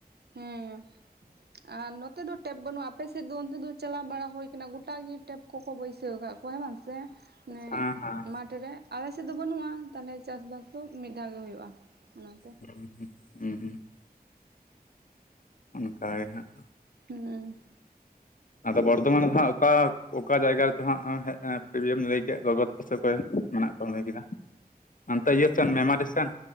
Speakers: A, on the right (about 85°); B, on the left (about 55°).
A: ᱦᱮᱸ, ᱟᱨ ᱱᱚᱛᱮ ᱫᱚ ᱴᱮᱯ ᱵᱟᱹᱱᱩᱜᱼᱟ ᱟᱯᱮ ᱥᱮᱫ ᱫᱚ ᱚᱱᱛᱮ ᱫᱚ ᱪᱟᱞᱟᱣ ᱵᱟᱲᱟ ᱦᱩᱭ ᱟᱠᱟᱱᱟ ᱜᱚᱴᱟ ᱜᱮ ᱴᱮᱯ ᱠᱚᱠᱚ ᱵᱟᱹᱭᱥᱟᱹᱣ ᱟᱠᱟᱫ ᱠᱚᱣᱟ ᱦᱮᱸ ᱵᱟᱝ ᱥᱮ ᱚᱱᱮ
B: ᱦᱮᱸ ᱦᱮᱸ
A: ᱢᱟᱴᱨᱮ? ᱟᱞᱮᱥᱮᱫ ᱫᱚ ᱵᱟᱹᱱᱩᱜᱼᱟ ᱛᱟᱦᱚᱞᱮ ᱪᱟᱥ ᱵᱟᱥ ᱫᱚ ᱢᱤᱫ ᱫᱷᱟᱣ ᱜᱮ ᱦᱩᱭᱩᱜᱼᱟ ᱚᱱᱟᱛᱮ᱾
B: <unintelligible> ᱚᱱᱠᱟ ᱜᱮ ᱦᱟᱸᱜ,
A: ᱦᱩᱸ
B: ᱟᱫᱚ ᱵᱚᱨᱫᱷᱚᱢᱟᱱ ᱨᱮᱫᱚ ᱦᱟᱸᱜ ᱚᱠᱟ ᱚᱠᱟ ᱡᱟᱭᱜᱟ ᱨᱮᱪᱚ ᱦᱟᱸᱜ ᱴᱷᱤᱠ ᱮᱢ ᱞᱟᱹᱭ ᱠᱮᱫ ᱜᱚᱜᱚ ᱛᱟᱠᱚ ᱥᱮ ᱚᱠᱚᱭ? ᱢᱮᱱᱟᱜ ᱠᱚ ᱞᱟᱹᱭ ᱠᱮᱫᱟ ᱚᱱᱛᱮ ᱤᱭᱟᱹ ᱥᱮᱱ ᱢᱮᱢᱟᱨᱤ ᱥᱮᱱ